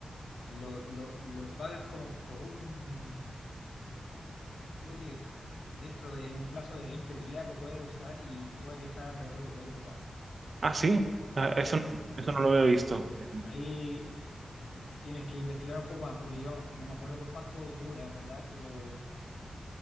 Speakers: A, on the left (about 75°); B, on the right (about 55°).
A: lo, lo, lo pagas como por un, creo que dentro de un plazo de 20 días lo puedes usar y, y puedes viajar alrededor de toda Europa.
B: Ah, sí, Ah, eso,
A: Eh,
B: no-
A: sí,
B: eso no lo había visto.
A: sí,
B: Ujú.
A: ahí eh, tienes que investigar un poco más porque yo no me acuerdo por cuánto dura en verdad, pero